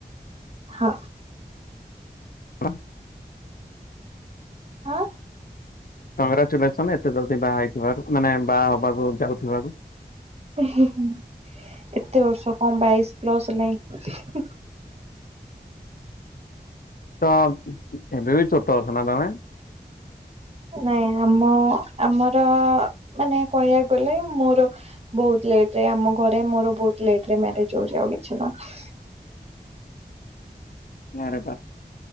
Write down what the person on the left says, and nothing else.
<unintelligible>
କଂଗ୍ରାଚୁଲେସନ ଏତେ ଜଲଦି ବାହା ହେଇଥିବାରୁ ମାନେ ବାହା ହବାକୁ ଯାଉଥିବାରୁ।
ତ ଏବେ ବି ଛୋଟ ଅଛ ନା ତମେ?
ନାଁରେ ଟା।